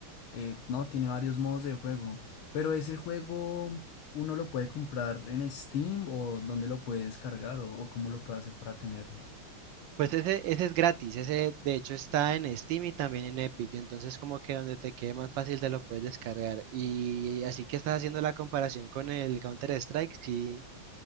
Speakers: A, on the left; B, on the right.
A: eh, no, tiene varios modos de juego. Pero ese juego uno lo puede comprar en Steam o dónde lo puede descargar o, o cómo lo puede hacer para tenerlo.
B: Pues ese, ese es gratis, ese de hecho está en Steam y también en Epic, entonces como que donde te quede más fácil te lo puedes descargar. Y así que estás haciendo la comparación con el Counter-Strike, sí,